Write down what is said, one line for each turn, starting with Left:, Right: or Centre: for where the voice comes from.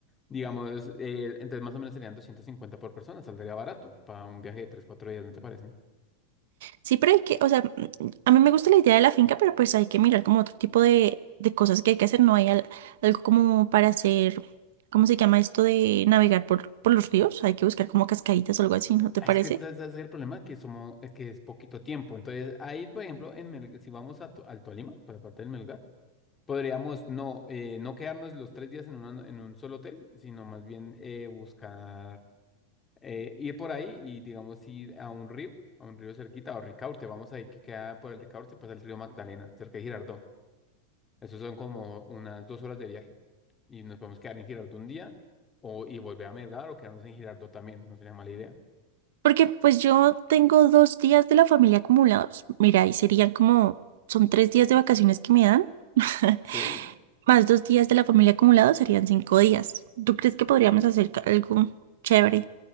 Left: Digamos, eh, entonces más o menos serían 250 por persona, saldría barato para un viaje de 3 4 días, ¿no te parece?
Right: Sí, pero hay que, o sea, mm, a mí me gusta la idea de la finca, pero pues hay que mirar como otro tipo de, de cosas que hay que hacer. No hay al- algo como para hacer, ¿cómo se llama esto de navegar por, por los ríos? Hay que buscar como cascaditas o algo así, ¿no te
Left: Ah,
Right: parece?
Left: Es que ese ese es el problema, que somos, es que es poquito tiempo. Entonces, ahí, por ejemplo, en Mel- si vamos a, Tu- al Tolima, para la parte del Melgar, podríamos no, eh, no quedarnos los tres días en, una- en un solo hotel, sino más bien eh, buscar. eh, ir por ahí y, digamos, ir a un río, a un río cerquita, o Ricaurte, vamos ahí que queda por el Ricaurte, pasa el río Magdalena, cerca de Girardot. Eso son como unas dos horas de viaje. Y nos podemos quedar en Girardot un día, o y volver a Melgar, o quedarnos en Girardot también, no sería mala idea.
Right: Porque pues yo tengo dos días de la familia acumulados. Mira, y serían como, son tres días de vacaciones que me dan, <laughs>
Left: Sí.
Right: más dos días de la familia acumulados serían cinco días. ¿Tú crees que podríamos hacer ca- algo chévere?